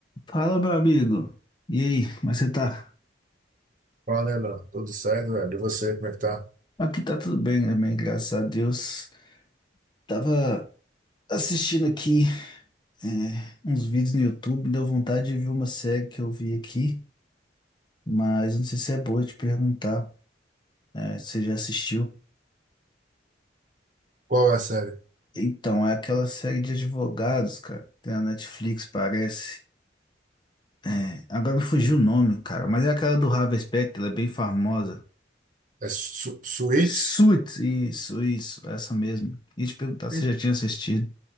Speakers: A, on the left (about 25°); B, on the right (about 45°).
A: Fala, meu amigo. E aí, como é que você tá?
B: Fala, Nela. Tudo certo, velho? E você, como é que tá?
A: Aqui tá tudo bem também, graças a Deus. Tava assistindo aqui é, uns vídeos no YouTube, deu vontade de ver uma série que eu vi aqui, mas não sei se é boa te perguntar é, se você já assistiu.
B: Qual é a série?
A: Então, é aquela série de advogados, cara, tem na Netflix, parece. É, agora me fugiu o nome, cara, mas é aquela do Harvey Specter, ela é bem famosa.
B: É Su Suits?
A: Suits, isso, isso, essa mesmo. E te perguntar se
B: En-
A: você já tinha assistido.